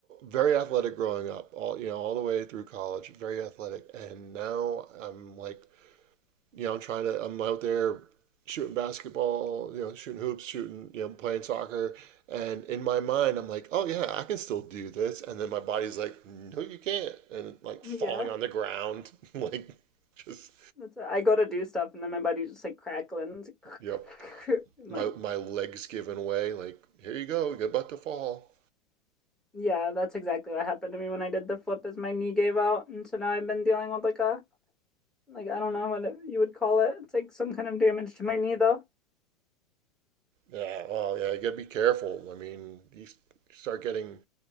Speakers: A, on the right (about 70°); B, in the centre.
A: very athletic growing up, all you know, all the way through college, very athletic. And now I'm like, you know, I'm trying to I'm out there shooting basketball, you know, shooting hoops, shooting, you know, playing soccer. And in my mind, I'm like, oh yeah, I can still do this. And then my body's like, no, you can't. And like
B: <laughs>
A: falling
B: yeah.
A: on the ground, <laughs> like just,
B: That's I go to do stuff and then my body's just like crackling. <laughs>
A: yep.
B: And
A: My
B: like,
A: my legs giving way. Like here you go, you're about to fall.
B: yeah, that's exactly what happened to me when I did the flip is my knee gave out. And so now I've been dealing with like a, like, I don't know what it, you would call it. It's like some kind of damage to my knee though.
A: Yeah, well, yeah, you gotta be careful. I mean, you s- start getting